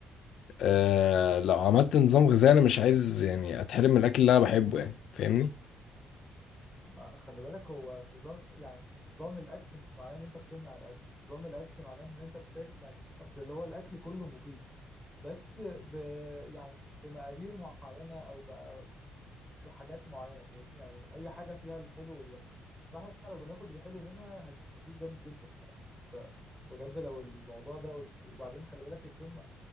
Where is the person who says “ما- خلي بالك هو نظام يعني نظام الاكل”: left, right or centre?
Centre